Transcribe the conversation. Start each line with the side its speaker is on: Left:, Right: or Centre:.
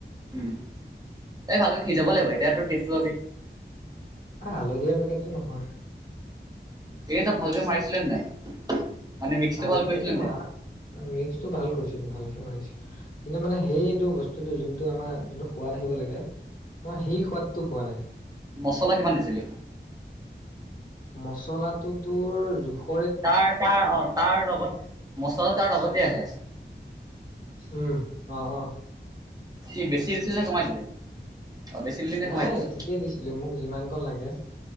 Right: উম, এই ভালকে সিজাব লাগিব এতিয়া তোৰ টেষ্টটো পাবি।
Left: হালধীয়া পেকেটটো নহয়।
Right: এনে তই ভালকৈ মাৰিছিলে নে নাই? মানে মিক্সটো
Left: ভালকেটো
Right: ভাল কৰিছিলে নে
Left: মা
Right: নাই?
Left: মিক্সটো ভাল কৰিছিলো। ভালকে মাৰিছিলো। কিন্তু মানে সেইটো বস্তুটো যোনটো আমাৰ যোনটো সোৱাদ আহিব লাগে মই সেই সোৱাদটো পোৱা নাই।
Right: মছলা কিমান দিছিলি?
Left: মচলাটো তোৰ জোখ
Right: তাৰ তাৰ অ তাৰ লগত মচলা তাৰ লগতে আহে।
Left: উম, অ-অ।
Right: কি বেছি হৈছিল নে কমাই দিলি? অ' বেছি দিলি নে
Left: নাই
Right: কমাই দিলি?
Left: ঠিকেই দিছিলো মোক যিমান কণ লাগে।